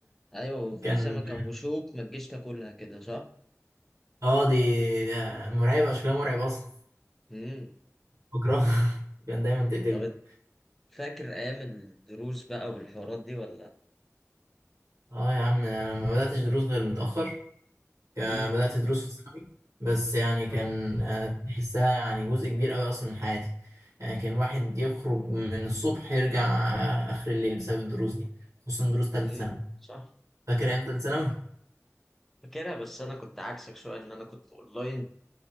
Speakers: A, in the centre; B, on the right.
A: ايوه وفي
B: <laughs> كان
A: سمكة ام بشوك ما تجيش تاكلها كده صح
B: اه دي آه، مرعبه شكلها مرعب اصلا
A: امم
B: بكرهها <laughs> كان دايما تقتلني
A: طب إت- فاكر ايام الدروس بقى والحوارات دي ولا
B: اه يا عم انا ما بداتش دروس غير متاخر كان
A: امم
B: بدات دروس في ثانوي بس يعني
A: اه
B: كان آه، تحسها يعني جزء كبير قوي اصلا من حياتي يعني كان الواحد يخرج من الصبح يرجع آه، اخر الليل بسبب الدروس دي خصوصا دروس ثالثه
A: امم
B: ثانوي
A: صح
B: فاكر ايام ثالثه ثانوي
A: فاكرها بس انا كنت عكسك شوية ان انا كنت اونلاين